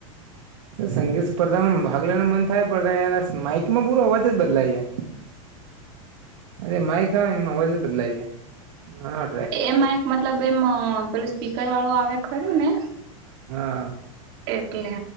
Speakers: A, on the right; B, on the right.
A: સંગીત સ્પર્ધામાં ભાગ લેવાનું મન થાય પણ ય માઇકમાં પૂરો અવાજ જ બદલાઈ જાય. અરે માઈ ખ ને વજ બદલાઈ જાય ઘણા
B: એમાં એક મતલબ એમ પેલું સ્પીકર વાળું આવે ખરું ને
A: હા
B: એટલે